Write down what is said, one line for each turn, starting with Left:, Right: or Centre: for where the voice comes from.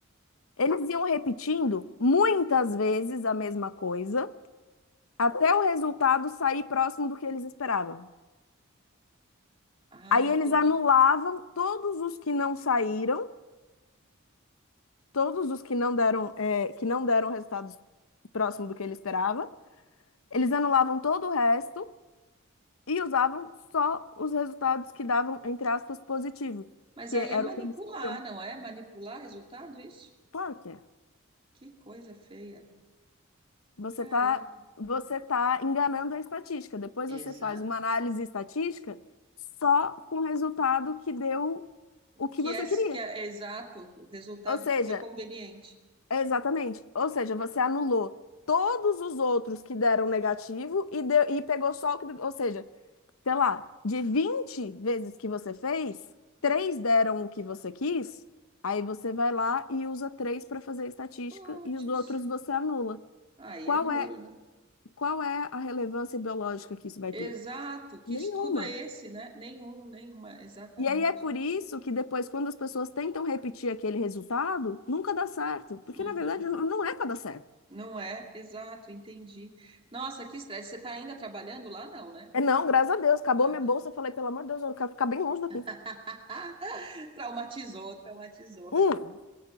Left: Eles iam repetindo muitas vezes a mesma coisa, até o resultado sair próximo do que eles esperavam.
Right: Ah,
Left: Aí
Right: entendi.
Left: eles anulavam todos os que não saíram, todos os que não deram, eh, que não deram resultados próximo do que ele esperava. Eles anulavam todo o resto e usavam só os resultados que davam, entre aspas, positivo,
Right: Mas
Left: que
Right: aí
Left: era
Right: é manipular,
Left: o que eles queriam.
Right: não é? Manipular resultado, isso?
Left: Claro que é.
Right: Que coisa feia.
Left: Você
Right: Caramba.
Left: tá, você tá enganando a estatística. Depois
Right: Exato.
Left: você faz uma análise estatística só com o resultado que deu o que
Right: Que
Left: você
Right: é,
Left: queria.
Right: que é, é exato o resultado
Left: Ou seja,
Right: que foi conveniente.
Left: exatamente. Ou seja, você anulou todos os outros que deram negativo e, deu, e pegou só o que. Ou seja, sei lá, de 20 vezes que você fez, três deram o que você quis, aí você vai lá e usa três para fazer a estatística
Right: Puts,
Left: e os outros você anula.
Right: aí
Left: Qual
Right: é duro,
Left: é,
Right: né?
Left: qual é a relevância biológica que isso vai
Right: Exato.
Left: ter?
Right: Que
Left: Nenhuma.
Right: estudo é esse, né? Nenhum, nenhuma, exatamente.
Left: E aí é por isso que depois, quando as pessoas tentam repetir aquele resultado, nunca dá certo. Porque,
Right: Uhum.
Left: na verdade, não não é para dar certo.
Right: Não é? Exato, entendi. Nossa, que estresse. Você está ainda trabalhando lá? Não, né?
Left: É não, graças a Deus, acabou
Right: Ah,
Left: minha
Right: então...
Left: bolsa. Eu falei, pelo amor de Deus, eu quero ficar bem longe daqui.
Right: <laughs> traumatizou, traumatizou.
Left: Hum,